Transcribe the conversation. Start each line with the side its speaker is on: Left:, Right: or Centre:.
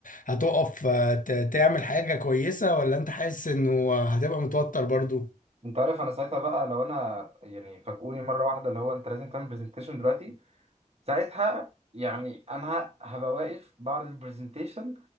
Left: هتقف آه، ت- تعمل حاجه كويسه ولا انت حاسس انه هتبقى متوتر برضو
Right: انت عارف انا ساعتها بقى لو انا يعني فاجئوني مره واحده اللي هو انت لازم تعمل برزنتيشن دلوقتي ساعتها يعني انا هبقى واقف بعرض البرزنتيشن